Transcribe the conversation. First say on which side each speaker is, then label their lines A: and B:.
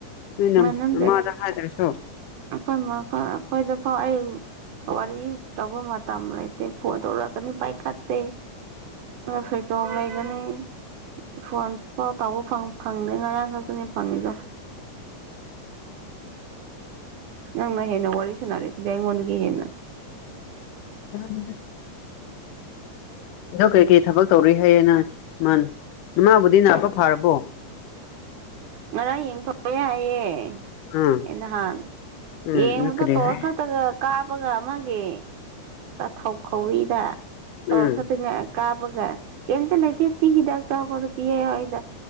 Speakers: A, on the left (about 85°); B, on the right (about 75°).
A: ꯅꯣꯏꯅ
B: ꯃꯅꯟꯗꯦ
A: ꯅꯃꯥꯗ ꯍꯥꯏꯗ꯭ꯔꯁꯨ
B: ꯑꯩꯈꯣꯏ ꯃꯥ ꯑꯩꯈꯣꯏꯗꯨ ꯍꯣ ꯑꯩ ꯋꯥꯔꯤ ꯇꯧꯕ ꯃꯇꯝ ꯂꯩꯇꯦ ꯐꯣꯟ ꯇꯧꯔꯛꯀꯅꯤ ꯄꯥꯏꯈꯠꯇꯦ ꯁ꯭ꯋꯤꯠꯁ ꯑꯣꯐ ꯂꯩꯒꯅꯤ ꯐꯣꯟ ꯄꯥꯎ ꯇꯥꯎꯕ ꯐꯪꯗꯦ ꯉꯔꯥꯡ ꯈꯛꯇꯅꯤ ꯐꯪꯉꯤꯗꯣ ꯅꯪꯅ ꯍꯦꯟꯅ ꯋꯥꯔꯤ ꯁꯨꯅꯔꯤꯁꯤꯗꯤ ꯑꯩꯉꯣꯟꯗꯒꯤ ꯍꯦꯟꯅ
A: ꯌꯥꯅꯤꯅ ꯑꯗꯨ ꯀꯩꯀꯩ ꯊꯕꯛ ꯇꯧꯔꯤ ꯍꯥꯏꯌꯦ ꯅꯪ ꯏꯃꯥꯅ ꯏꯃꯥꯕꯨꯗꯤ ꯅꯥꯕ ꯐꯥꯔꯕꯣ <inaudible>
B: ꯉꯔꯥꯡ ꯌꯦꯡꯊꯣꯛꯑꯦ ꯍꯥꯏꯌꯦ
A: ꯎꯝ
B: ꯑꯦ ꯅꯍꯥꯟ
A: ꯎꯝ
B: ꯌꯦꯡꯕꯗ
A: ꯅ ꯀꯔꯤ
B: ꯇꯣꯔ
A: ꯍꯥꯏ
B: ꯈꯛꯇꯒ ꯀꯥꯞꯄꯒ ꯑꯃꯒꯤ ꯊꯥꯎ ꯈꯧꯔꯤꯗ ꯇꯧꯔ
A: ꯎꯝ
B: ꯈꯛꯇꯅ ꯀꯥꯕꯒ ꯀꯩꯇ ꯂꯩꯇꯦ ꯁꯤ ꯍꯤꯗꯥꯛ ꯆꯥꯎꯕꯗ ꯄꯤꯌꯦ ꯑꯩꯗ